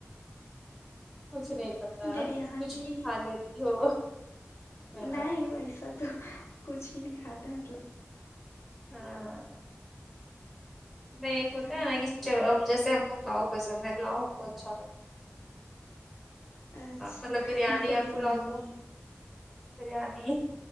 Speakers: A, in the centre; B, on the left.
A: کچھ نہیں پتا
B: بریانی
A: کچھ بھی کھا لیتی ہو ہاں
B: نہیں ویسا تو کچھ بھی نہیں کھاتا مطلب
A: ہاں میں ہوتا
B: ہاں
A: ہے نا کہ چلو اب جیسے ہم کو پالاؤ پسند ہے پلاؤ ہم کو اچھا لگتا ہے
B: اچھا
A: مطلب بریانی
B: ہم کو
A: اور
B: بریانی
A: پلاؤ تو بریانی